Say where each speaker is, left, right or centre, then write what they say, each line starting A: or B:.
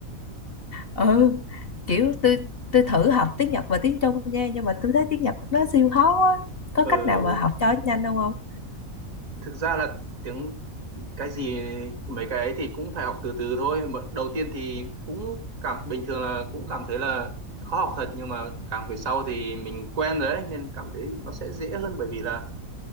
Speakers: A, on the left; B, on the right.
A: ừ kiểu tôi tôi thử học tiếng Nhật và tiếng Trung nha nhưng mà tôi thấy tiếng Nhật nó siêu khó á. có
B: Ừ,
A: cách nào mà học cho nhanh không không
B: thực ra là tiếng cái gì mấy cái ấy thì cũng phải học từ từ thôi Mà đầu tiên thì cũng cảm bình thường là cũng cảm thấy là khó học thật nhưng mà càng về sau thì mình quen rồi ấy nên cảm thấy nó sẽ dễ hơn bởi vì là